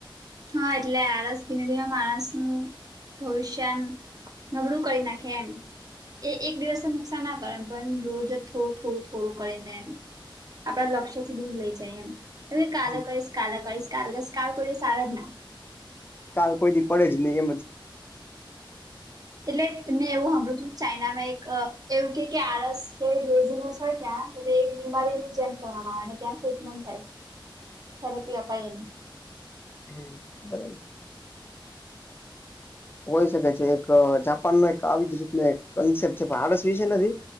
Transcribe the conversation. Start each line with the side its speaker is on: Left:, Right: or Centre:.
Right: હા એટલે આળસ ધીમે ધીમે માણસનું ભવિષ્યન નબળું કરી નાખે એમ એ એક દિવસ નુકસાન ના કરે એમ પણ રોજ થોડું થોડું થોડું કરીને એમ આપડા લક્ષ્ય થી દૂર લઈ જાય એમ હ
Left: છે
Right: કાલે કરીશ કાલે કરીશ કાલે કરીશ કાલ કોઈ દિવસ આવે ના
Left: કાલ કોઈ દી પડે જ નહી એમ જ
Right: એટલે મે એવું હાભળ્યું તુ ચાઈના માં એક એવું કે કે આળસ <unintelligible> એક બીમારી ની જેમ કરવાવામાં આવે અને ક્યાં ટ્રીટમેન્ટ થાય થેરાપી અપાય એની
Left: <unintelligible> હોઈ શકે છે એક જાપાન મા એક આવી જ રીત કન્સેપ્ટ છે પણ આડસ વિશે નથી